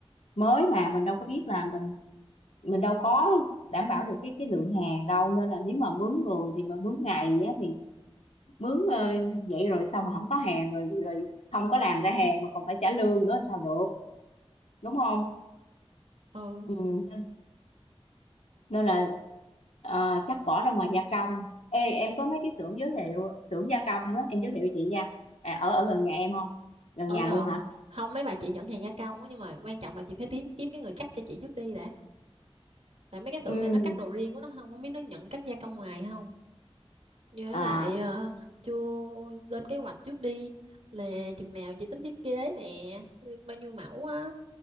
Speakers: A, on the left; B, on the right.
A: mới mà mình đâu có biết là mình mình đâu có đảm bảo được cái cái lượng hàng đâu nên là nếu mà mướn người thì mà mướn ngày á thì mướn ờ, vậy rồi xong mà không có hàng rồi rồi không có làm ra hàng mà còn phải trả lương nữa sao được đúng không
B: ừ
A: ừ. nên nên là ờ, chắc bỏ ra ngoài gia công Ê, em có mấy cái xưởng giới thiệu xưởng gia công á em giới thiệu cho chị nha à, ở ở gần nhà em không gần
B: ở
A: nhà
B: gần
A: luôn hả
B: không mấy bà chị nhận hàng gia công á nhưng mà quan trọng là chị phải kiếm kiếm cái người cắt cho chị trước đi đã tại mấy cái xưởng
A: ừ
B: này nó Ừ. cắt đồ riêng của nó không không biết nó nhận cắt gia công ngoài không với
A: à
B: lại ờ, chưa lên kế hoạch trước đi là chừng nào chị tính thiết kế nè bao nhiêu mẫu á